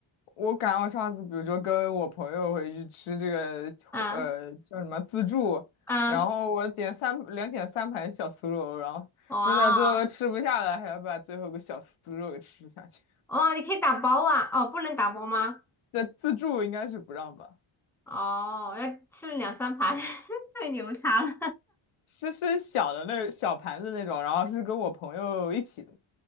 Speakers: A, on the left; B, in the centre.
A: 我感我上次比如说跟我朋友回去吃这个呃叫什么自助，
B: 啊啊，
A: 然后我点三两点三盘小酥肉，然后真的最后吃不下了，
B: 哇
A: 还要把最后一个小酥肉给吃下去。
B: 哦，你可以打包啊？哦，不能打包吗？
A: 对，自助应该是不让吧。
B: 哦，要吃两三盘，<laughs> 太牛叉了。
A: 是是小的那小盘子那种，然后是跟我朋友一起的。